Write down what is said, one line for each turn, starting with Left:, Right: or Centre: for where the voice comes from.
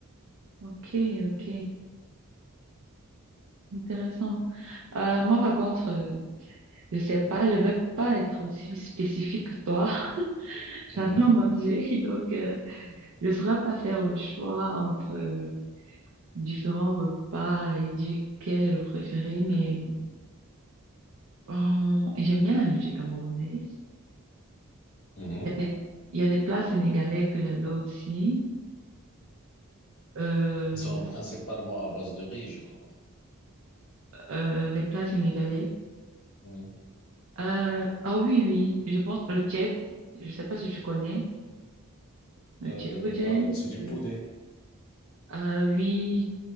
Right: Ok, ok, intéressant. Euh, moi, par contre, euh, je sais pas, je vais pas être aussi spécifique que toi. <laughs> J'adore
Left: Mhm,
Right: manger, donc euh, je saurais pas faire le choix entre euh, différents repas et dire quel est le préféré, mais euh, j'aime bien la nourriture camerounaise.
Left: mhm.
Right: Il y a des, il y a des plats sénégalais que j'adore aussi. Euh,
Left: Ils sont principalement à base de riz, je crois.
Right: euh, les plats sénégalais.
Left: Mhm.
Right: Euh, ah oui, oui, je pense le tchèp, je sais pas si tu connais. Le
Left: Euh,
Right: tchèpotchen,
Left: ah ouais,
Right: c'est...
Left: c'est du poulet.
Right: Ah oui,